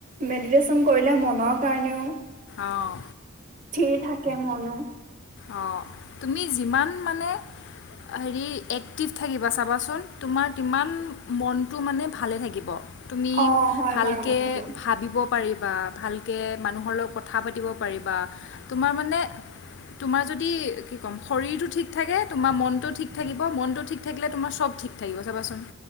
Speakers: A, on the right (about 35°); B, on the left (about 55°).
A: মেডিটেশ্যন কৰিলে মনৰ কাৰণেও
B: অঁ
A: স্থিৰ থাকে মনো
B: অ তুমি যিমান মানে হেৰি এক্টিভ থাকিবা চাবাচোন তোমাৰ হিমান মনটো মানে ভালে থাকিব তুমি
A: অ হয়
B: ভালকৈ
A: বাৰু কথাটো
B: ভাবিব পাৰিবা ভালকে কথা পাতিব পাৰিবা, তোমাৰ মানে তোমাৰ যদি কি কম, শৰীৰটো ঠিক থাকে তোমাৰ মনটো ঠিক থাকিব, পৰা মনটো ঠিক থাকিলে তোমাৰ চব ঠিক থাকিব, চাবাচোন।